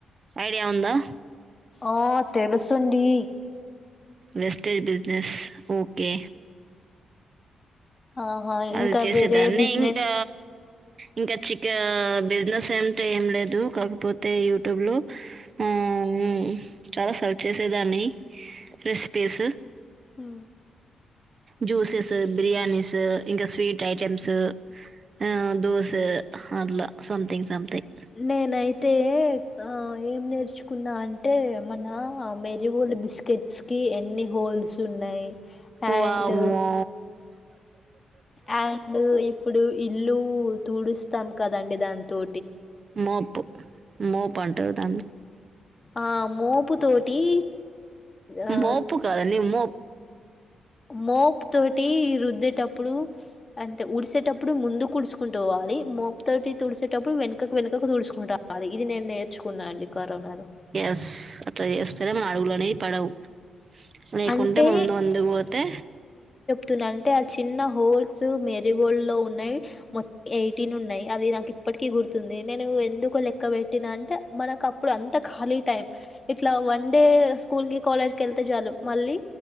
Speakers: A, on the right; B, on the left.
A: ఐడియా ఉందా
B: ఆ తెలుసుండి
A: వెస్టేజ్ బిజినెస్ ఓకే
B: ఆహా
A: అది
B: ఇంకా
A: చేసేదాన్ని
B: వేరే బిజినెస్
A: ఇంకా ఇంకా చికా బిజినెస్ అంటే ఏం లేదు కాకపోతే యూట్యూబ్లో ఉ ఉమ్ చాలా సర్చ్ చేసేదాన్ని రెసిపీస్
B: హు
A: జ్యూసెస్ బిర్యానీస్ ఇంకా స్వీట్ ఐటెమ్స్ ఆ దోస అట్లా సంథింగ్ సంథింగ్
B: నేనయితే ఆ ఏం నేర్చు కున్నా అంటే మన మెరీ గోల్డ్ బిస్కెట్ స్ కి ఎన్ని హోల్స్ ఉన్నాయి
A: వామ్మో
B: అండ్ అండ్ ఇప్పుడు ఇల్ లు తూడుస్తాం కదండి దానితో
A: మోప్ మో పంటవు దాం
B: ఆ మోపు తోటి ఆ
A: మోపు కాాలాని మోపు
B: మోపు తోటి రుద్దేటప్పుడు అంటే ఉఊడిసేటప్పుడు ముందు కుడుచుకుంటూ పోవాలి మోపు తోటి తుసేటప్పుడు వెనకకు వెనకకు తుసు ాలి ఇది నేను నేర్చుకున్నా అండి కరోనాలో
A: ఎస్ అట్లా చేస్తేనే మన అడుగులోనే పడవు లేకుంటే
B: అంటే
A: ముందు అందుకు పోతే
B: తున్నా అంటే ఆ చిన్న హోల్స్ మేరీగోల్డ్ లో ఉన్నాయి మొత్తం ఎయిటీన్ ఉన్నాయి అది నాకు ఇప్పటిక గుర్తుంది నేను ఎందుకు లెక్క పెెట్టినా అంటే మనకు అప్పుడు అంత ఖాళీ టైం ఇట్లా వన్ డే స్కూల్ కి కాలేజ్ క వెళ్తే చాలు మళ్ళీ